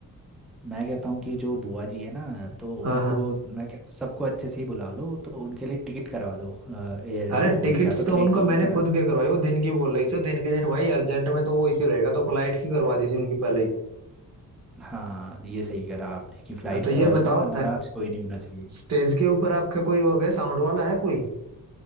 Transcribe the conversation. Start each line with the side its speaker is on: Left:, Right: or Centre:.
Centre: मैं कहता हूँ कि जो बुआ जी है ना तो
Right: हाँ
Centre: उनको
Right: हाँ
Centre: मैं कहता हूँ सबको अच्छे से ही बुला लो तो उनके लिए टिकट करवा दो अ, ए,
Right: अरे
Centre: वो
Right: टिकट्स
Centre: या तो ट्रेन
Right: तो उनको
Centre: की
Right: मैंने
Centre: करा
Right: खुद के करवाई वो दिन की बोल रही थी दिन के दिन भाई अर्जेंट में तो वो इश्यू रहेगा तो फ्लाइट की करवा दी थी उनकी पहले ही
Centre: हाँ ये सही करा आपने कि फ्लाइट
Right: तो ये
Centre: करवा
Right: बताओ
Centre: दो ना नाराज कोई नहीं होना चाहिए
Right: स्टेज के ऊपर आपका कोई हो गया साउंड वाला है कोई